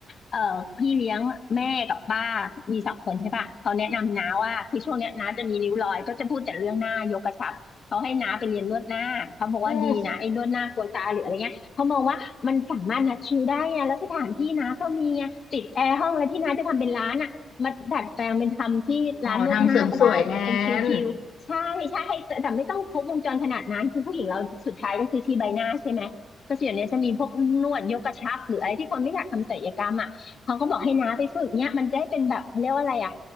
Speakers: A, on the left; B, on the left.
A: เอ่อพี่เลี้ยงแม่กับป้ามีสองคนใช่ป่ะเขาแนะนำน้าว่าคือช่วงเนี้ยน้าจะมีริ้วรอยก็จะพูดแต่เรื่องหน้ายกกระชับเขาให้น้าไปเรียนนวดหน้าเขาบอกว่าดีนะไอ้นวดหน้ากลัวตาหรืออะไรเงี้ยเขามองว่า
B: อืม
A: มันสามารถนัดคิวได้ไงแล้วสถานที่นะก็มีไงติดแอร์ห้องแล้วที่น้าจะทำเป็นร้านอ่ะมาดัดแปลงเป็นทำที่ร้านนวดหน้าก็ได้ไงเป็นคิวๆใช่ใช่แต่แต่ไม่ต้องครบวงจรขนาดนั้นคือผู้หญิงเราสุดท้ายก็คือที่ใบหน้าใช่ไหมก็ส่วนเนี้ยจะมีพวกนวดยกกระชับหรืออะไรที่คนไม่อยากทำศัลยกรรมอ่ะเขาก็บอกให้น้าไปฝึกเนี้ยมันจะให้เป็นแบบเขาเรียกว่าอะไรอ่ะ
B: อ๋อทำเสริมสวยแทน